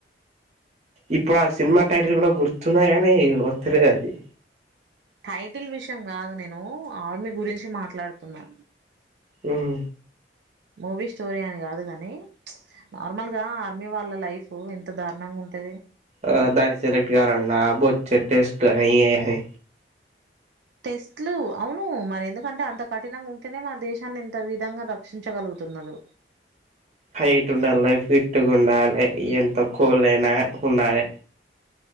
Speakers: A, on the right (about 35°); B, on the right (about 70°).
A: ఇప్పుడు ఆ సినిమా టైటిల్ కూడా గుర్తున్నది గాని వతలేదు అది
B: టైటిల్ విషయం కాదు నేను ఆర్మీ గురించి మాట్లాడుతున్నా
A: ఊహు
B: మూవీ స్టోరీ అని కాదు గని ప్చ్ నార్మల్ గా ఆర్మీ వాళ్ళ లైఫు ఎంత దారుణంగా ఉంటది
A: ఆ దానికి సెలెక్ట్ కావాలన్నా బొచ్చేడ్ టెస్ట్ లు అని ఇ ఆని
B: టెస్ట్లు అవును మరి ఎందుకంటే అంత కఠినంగా ఉంటేనే మన దేశాన్ని ఇంత విధంగా రక్షించగలగు తున్నలు
A: హైట్ ఉండలే ఫిట్ ఉండలే ఎంత కోల్డ్ అయినా ఉండాలే